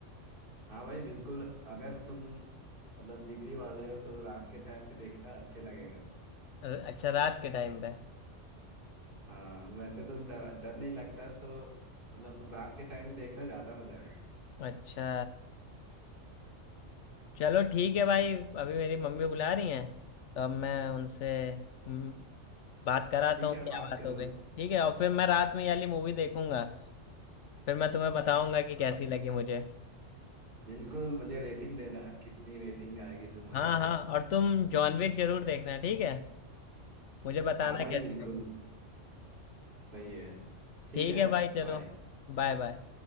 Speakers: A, on the right; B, on the left.
A: हाँ भाई बिल्कुल अगर तुम मतलब जिगरी वाले हो तो रात के टाइम पे देखना अच्छे लगेगा
B: अच्छा रात के टाइम पे
A: हाँ वैसे तुम डर डर नहीं लगता तो मतलब तुम रात के टाइम में देखना ज्यादा मजा आएगा
B: अच्छा चलो ठीक है भाई अभी मेरी मम्मी बुला रही हैं तो अब मैं उनसे हम्म, बात कराता
A: ठीक
B: हूँ
A: है
B: क्या
A: बात
B: बात
A: कर
B: हो
A: लो
B: गई ठीक है और फिर मैं रात में ये वाली मूवी देखूंगा फिर मैं तुम्हें बताऊंगा कि कैसी
A: हाँ
B: लगी मुझे
A: बिल्कुल मुझे रेटिंग देना कितनी रेटिंग आएगी तुम्हारी
B: हाँ
A: तरफ
B: हाँ
A: से
B: और तुम जॉन विक जरूर देखना ठीक है मुझे बताना
A: हाँ भाई
B: कैसी
A: बिल्कुल
B: लगी
A: सही है ठीक
B: ठीक
A: है
B: है भाई चलो
A: बाय
B: Bye bye